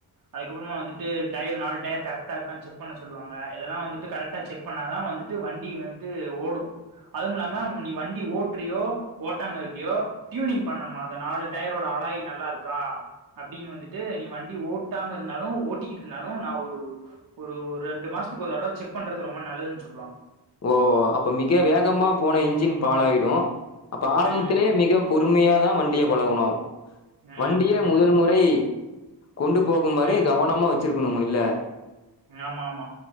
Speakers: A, on the right; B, on the left.
A: அதுக்கப்புறமா வந்துட்டு டயரீ நால டயர் கரக்டா இருக்கான்னு செக் பண்ண சொல்லுவாங்க இதெல்லா வந்துட்டு கரெக்டாக செக் பண்ணாதா வந்துட்டு வண்டி வந்துட்டு ஓடு அதும் இல்லாம நீ வண்டி ஓட்டுறியோ ஓட்டாம இருக்கியோ டியூனிங் பண்ணனுமா அந்த நாலு டயரோட அலாய் நல்லா இருக்கா அப்டின் வந்துட் டு வண்டி ஓட்டாம இருந்தாலு ஓட்டிக்கிட்டு இருந்தாலு நா ஒரு ஒரு ரெண்டு மாசத்துக்கு ஒருதடவ செக் பண்றது ரொம்ப நல்லதுன் சொல்லுவாங்க
B: ஓ அப்ப மிக வேகமா போன இன்ஜின் பாலாயிடு அப்ப ஆரம்பத்திலயே
A: ம்
B: மிக பொறுமையா தா வண்டிய பழகணு
A: ம்
B: வண்டிய
A: ம்
B: முதல் முறை கொண்டு போகும் வரை
A: ம்
B: கவனமா வெச்சிருக்கணும் இல்ல
A: ஆமா ஆமா